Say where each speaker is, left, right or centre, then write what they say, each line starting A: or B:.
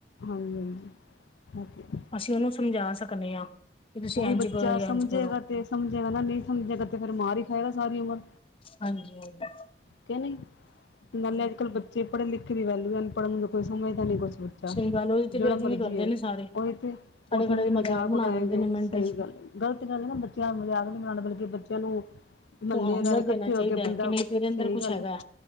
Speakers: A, on the left (about 85°); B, on the left (about 30°).
A: ਹਾਂਜੀ-ਹਾਂਜੀ ਐਹ ਤੇ ਹੈ।
B: ਅਸੀਂ ਉਹਨੂੰ ਸਮਝਾ ਸਕਨੇ ਆ ਕਿ ਤੁਸੀਂ
A: ਉਹੀ
B: ਇੰਝ
A: ਬੱਚਾ
B: ਕਰੋ ਜਾਂ
A: ਸਮਝੇਗਾ
B: ਇੰਝ ਕਰੋ।
A: ਤੇ ਸਮਝੇਗਾ ਨਾ ਨਹੀਂ ਸਮਝਿਆਗਾ ਤੇ ਫੇਰ ਮਾਰ ਹੀ ਖਾਏਗਾ ਸਾਰੀ ਉਮਰ।
B: ਹਾਂਜੀ-ਹਾਂਜੀ।
A: ਕੇ ਨਹੀਂ ਨਾਲੇ ਅੱਜ ਕੱਲ੍ਹ ਬੱਚੇ ਪੜ੍ਹੇ ਲਿਖੇ ਦੀ ਵੈਲੂਯੂ ਪੜ੍ਹਨ ਨੂੰ ਕੋਈ ਸਮਝਦਾ ਨਹੀਂ ਕੁਛ ਬੱਚਾ
B: ਸਹੀ ਗੱਲ ਉਹਦੀ ਤੇ
A: ਜੇੜਾ
B: ਬੇਅਦਬੀ
A: ਮਰਜ਼ੀ
B: ਵੀ ਕਰਦੇ
A: ਹੋਏ
B: ਨੇ ਸਾਰੇ
A: ਉਹੀ ਤੇ।
B: ਖੜੇ
A: ਉੱਥੇ
B: ਖੜੇ
A: ਉਹਦੀ ਮਜ਼ਾਕ
B: ਬਣਾ
A: ਉਡਾਏਗੇ
B: ਦਿੰਦੇ ਨੇ ਮਿੰਟ
A: ਸਹੀ
B: ਚ
A: ਗੱਲ ਹੈ। ਗ਼ਲਤ ਗੱਲ ਹੈ ਨਾ ਬੱਚਿਆਂ ਦਾ ਮਜ਼ਾਕ ਨੀ ਬਣਾਣਾ ਬਲਕਿ ਬੱਚਿਆਂ ਨੂੰ ਮਹੱਲੇਦਾਰ
B: ਹਾਂ ਹੁਨਰ
A: ਇਕੱਠੇ
B: ਦੇਣਾ ਚਾਹੀਦਾ
A: ਹੋ ਕੇ
B: ਹੈ
A: ਬੰਦਾ,
B: ਕਿ ਨਹੀਂ ਤੇਰੇ ਅੰਦਰ
A: ਸਹੀ
B: ਕੁਛ
A: ਗੱਲ
B: ਹੈਗਾ
A: ਹੈ।